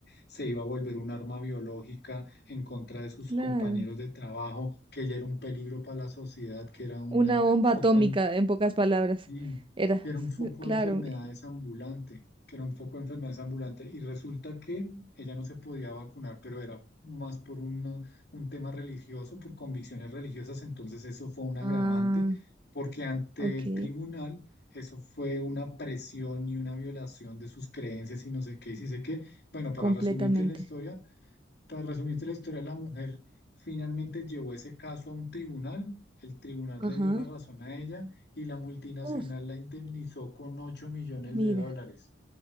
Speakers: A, on the left; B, on the right.
A: se iba a volver un arma biológica en contra de sus
B: claro.
A: compañeros de trabajo, que ya era un peligro para la sociedad, que era un
B: Una
A: eh,
B: bomba
A: foco
B: atómica,
A: en-
B: en pocas palabras.
A: Sí,
B: Era,
A: que era un foco
B: <laughs> claro.
A: de enfermedades ambulante, que era un foco de enfermedades ambulante. Y resulta que ella no se podía vacunar, pero era más por una- un tema religioso, por convicciones religiosas. Entonces eso fue un agravante,
B: Ah,
A: porque ante
B: ok,
A: el tribunal eso fue una presión y una violación de sus creencias y no sé qué, y sí sé qué. Bueno, para
B: completamente.
A: resumirte la historia, para resumirte la historia, la mujer finalmente llevó ese caso a un tribunal, el tribunal
B: Ajá.
A: le dio la razón a ella y la multinacional
B: Uf,
A: la indemnizó con ocho millones
B: mira,
A: de dólares.